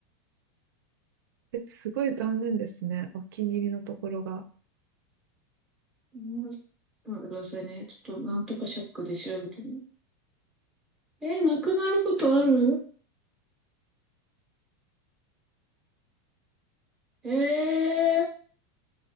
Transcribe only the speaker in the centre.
うん、ちょっと待ってくださいね。ちょっとなんとかシャックで調べてみる。えー、なくなることあるえー、